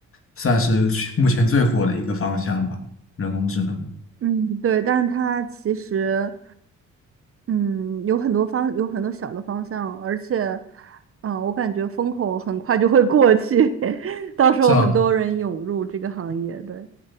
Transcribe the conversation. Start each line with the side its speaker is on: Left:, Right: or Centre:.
Left: 算是去目前最火的一个方向吧，人工智能。
Right: 嗯，对，但是它其实，嗯，有很多方，有很多小的方向，而且，啊，我感觉风口很快就会过去，<laughs> 到时候很多人涌入这个行业，
Left: 是吗
Right: 对，